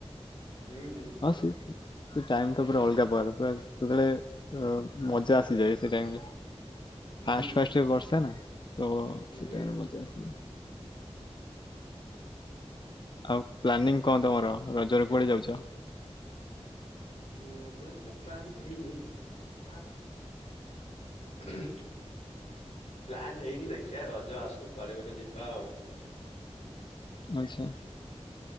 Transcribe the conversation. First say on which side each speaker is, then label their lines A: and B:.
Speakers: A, on the left (about 80°); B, on the left (about 45°).
A: ହୁଁ ହୁଁ।
B: ହଁ ସି ସେ ଟାଇମ୍ ତ ପୁରା ଅଲଗା ପ୍ରକାର ପୁରା ଯେତେବେଳେ ଏ ମଜା ଆସିଯାଏ ସେ ଟାମ୍ ରେ
A: ହୁଁ
B: ଫାଷ୍ଟ ଫାଷ୍ଟ ବର୍ଷା ନାଁ ତ ସେଇ
A: ହୁଁ
B: ଟାଇମ୍ ରେ ମଜା ଆସେ। ଆଉ ପ୍ଲାନିଂ କଁ ତମର ରଜରେ କୁଆଡେ ଯାଉଚ?
A: ରଜରେ ତ ପ୍ଲାନ୍ ହେଇନି ଆ ଉହୁଁ ପ୍ଲାନ୍ ହେଇନି ଦେଖିବା ରଜ ଆସୁ କୁଆଡେ ଗୋଟେ ଯିବା ଆଉ।
B: ଆଚ୍ଛା।